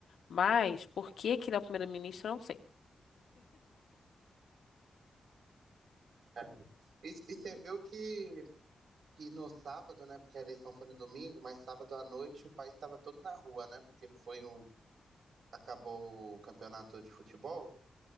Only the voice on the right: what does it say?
É. E, e você viu que, que no sábado, né? Porque a eleição foi no domingo, mas sábado à noite o país estava todo na rua, né? Porque foi um. Acabou o campeonato de futebol